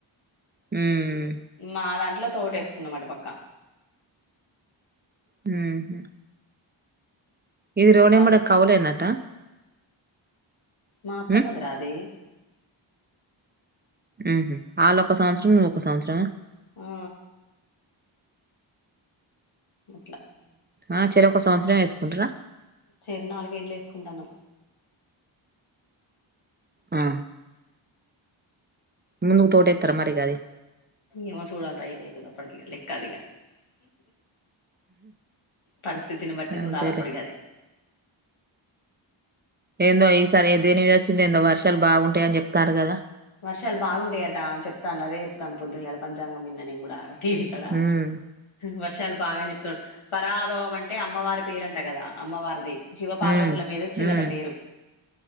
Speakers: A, on the right; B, on the left.
A: ఉమ్
B: మా దాంట్లో తోట వేసుకున్నా మటు పక్కా
A: ఉమ్ ఇది రోడెమ్మడ
B: దా
A: కవులే అన్నట
B: మాత్తమ్మదిరా
A: ఉమ్
B: అ ది
A: ఉమ్ వాళ్ళొ ఒక సంవత్సరం నువ్వొ ఒక సంవత్సరం
B: ఆ అట్లా
A: ఆ చెరో ఒక సంవత్సరం వేసుకుంటరా
B: సెరీ నాలుగేంలు వేసుకుంటానమ్
A: ఆ ముందుగు తోటేతర మరి గది
B: ఏమో చూడాలి రా ఏద అయితదో అప్పటికిక లెక్కదిగా పరిస్థితిని బట్టి చూడాల
A: అంతేలే
B: అప్పుడిగది
A: ఏందో ఈసారి దేని మీద వచ్చిందొ ఏందో వర్షాలు బాగుంటాయి అని చెప్తాఆండ్రూ కదా
B: వర్షాలు బాగుంటాయట చెప్తాను అదే చెప్తాను పొద్దున్న ఎలా పంచాంగం విిన్న నేను కూడా టీ వి కళ
A: ఉమ్
B: వ ర్షాలు బాగాని చెప్తాడు పరాభవం అంటే అమ్మవారి పేరంట కదా అమ్మవారిది శివ పార్వతుల
A: ఉమ్
B: మీద వచ్చిందట
A: ఉమ్
B: పేరు